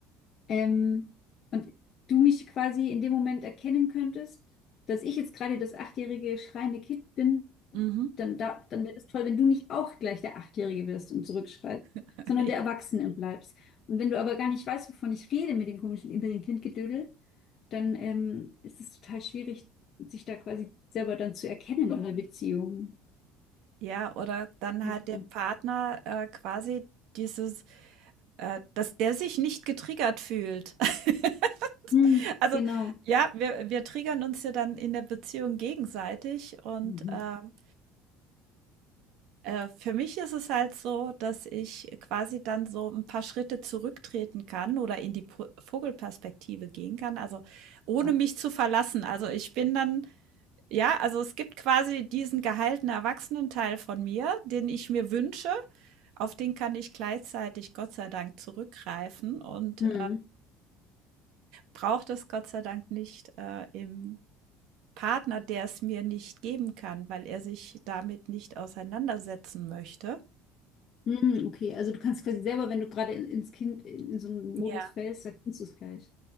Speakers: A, on the left; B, on the right.
A: ähm, und du mich quasi in dem Moment erkennen könntest, dass ich jetzt gerade das achtjährige schreiende Kind bin,
B: Mhm.
A: dann, da, dann wäre es toll, wenn du nicht auch gleich der Achtjährige wirst und zurückschreist,
B: <laughs>
A: sondern der Erwachsene bleibst. Und wenn du aber gar nicht weißt, wovon ich rede mit dem komischen inneren Kindgedödel, dann ähm, ist es total schwierig, sich da quasi selber dann zu erkennen in der Beziehung.
B: Ja, oder dann
A: Also,
B: halt dem Partner äh, quasi dieses Äh, dass der sich nicht getriggert fühlt. <laughs>
A: hm,
B: Also,
A: genau.
B: ja, wir wir triggern uns ja dann in der Beziehung gegenseitig und,
A: Mhm.
B: ähm, äh, für mich ist es halt so, dass ich quasi dann so ein paar Schritte zurücktreten kann oder in die Po Vogelperspektive gehen kann, also, ohne
A: Ja.
B: mich zu verlassen. Also, ich bin dann ja, also, es gibt quasi diesen geheilten Erwachsenenteil von mir, den ich mir wünsche. Auf den kann ich gleichzeitig Gott sei Dank zurückgreifen und,
A: Hm.
B: brauche das Gott sei Dank nicht äh, im Partner, der es mir nicht geben kann, weil er sich damit nicht auseinandersetzen möchte.
A: Hm, okay, also du kannst quasi selber, wenn du gerade in, ins Kind in, in so einen Modus
B: Ja.
A: fällst, dann kannst du es gleich.